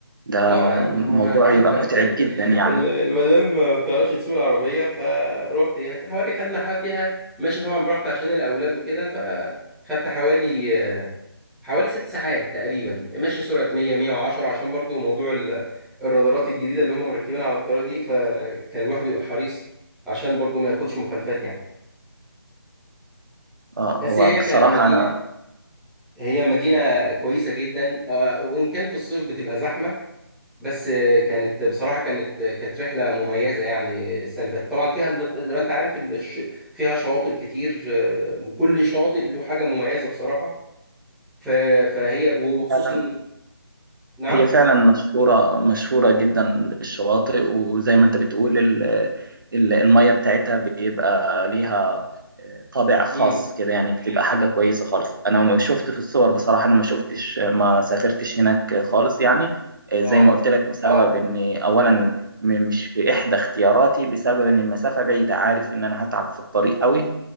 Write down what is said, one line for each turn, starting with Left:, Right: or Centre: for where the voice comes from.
Right: ده
Centre: اه انا لا ما
Right: موضوع يبقى
Centre: <laughs>
Right: متعب جدا يعني
Centre: ال- المدام ما بتعرفش تسوق العربيه فروحت هي حوالي خدنا حاجه فيها ماشي طبعا براحتي عشان الاولاد وكده فخدت حوالي آه، حوالي ست ساعات تقريبا ماشي سرعه 100 110 عشان برضو موضوع ال- الرادارات الجديده اللي هم مركبين على الطريق دي فكان الواحد بيبقى حريص عشان برضو ما ياخدش مخالفات يعني
Right: اه
Centre: بس
Right: هو
Centre: هي
Right: بصراحة
Centre: كمدينة
Right: أنا
Centre: هي مدينة كويسة جدا آه، وإن كان في الصيف بتبقى زحمة بس آه، كانت بصراحة كانت كانت رحلة مميزة يعني السنة اللي فاتت طبعا فيها ال- زي ما أنت عارف ال- الش- فيها شواطئ كتير آه، وكل شاطئ له حاجة مميزة بصراحة ف- فهي وخصوصا
Right: فعلا
Centre: نعم
Right: هي فعلا مشهورة مشهورة جدا بالشواطئ وزي ما أنت بتقول ال- ال- المية بتاعتها بيبقى ليها آه، طابع خاص
Centre: امم
Right: كده يعني بتبقى حاجة كويسة خالص أنا ما شفت في الصور بصراحة أنا ما شفتش ما سافرتش هناك خالص يعني آه، زي
Centre: اه
Right: ما قلت لك بسبب إن أولا م- مش في إحدى اختياراتي بسبب إن المسافة بعيدة عارف إن أنا هتعب في الطريق قوي